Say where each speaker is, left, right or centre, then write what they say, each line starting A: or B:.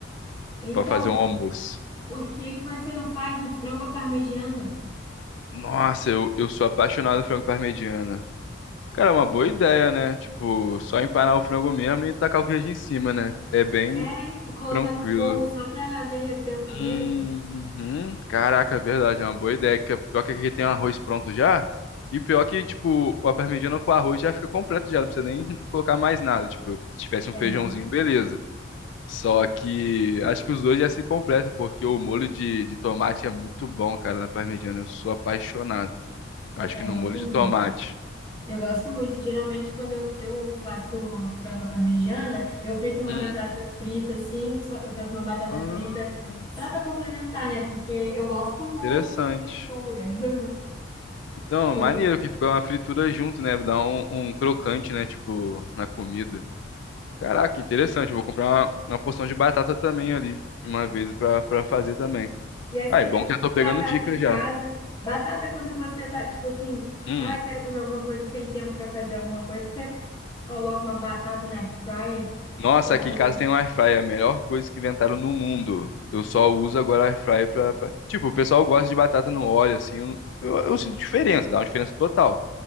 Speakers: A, on the left (about 20°); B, on the left (about 70°).
A: Então,
B: pra fazer um almoço.
A: por que que você não faz um frango à parmegiana?
B: Nossa, eu, eu sou apaixonado por frango parmegiana. Cara, é uma boa ideia, né? Tipo, só empanar o frango mesmo e tacar o queijo em cima, né? É bem
A: É, e colocar
B: Tranquilo.
A: no forno só pra derreter o queijo?
B: Uhum. Caraca, é verdade, é uma boa ideia. Que o pior que aqui tem arroz pronto já. E o pior que, tipo, a parmegiana com arroz já fica completo já, não precisa nem <laughs> colocar mais nada. Tipo, se tivesse
A: É,
B: um feijãozinho, beleza. Só que acho que os dois já se completam, porque o molho de, de tomate é muito bom, cara, na parmegiana. Eu sou apaixonado. Eu
A: também
B: acho que no
A: gosto
B: molho
A: muito.
B: de tomate.
A: Eu gosto muito. Geralmente, quando eu, eu faço frango à parmegiana, eu frito uma
B: Hum.
A: batata frita, assim, só- eu faço uma batata
B: Ah,
A: frita só para complementar, né? Porque eu gosto muito
B: interessante.
A: de fritura. <laughs>
B: Então,
A: Quando-
B: maneiro que ficou uma fritura junto, né? Dá um, um crocante, né? Tipo, na comida. Caraca, interessante. Eu vou comprar uma, uma porção de batata também ali, de uma vez pra, pra fazer também.
A: E é sempre
B: Ah, é bom que já tô pegando
A: batata
B: dicas
A: em casa.
B: já.
A: Batata quando você tá, tipo assim,
B: Hum.
A: ah, quero comer alguma coisa sem tempo para fazer alguma coisa, você coloca uma batata na air fryer
B: Nossa,
A: ou
B: aqui
A: coisa.
B: em casa tem um air fryer, a melhor coisa que inventaram no mundo. Eu só uso agora air fryer pra... fa- Tipo, o pessoal gosta de batata no óleo, assim. Eu, eu, eu sinto diferença, dá uma diferença total.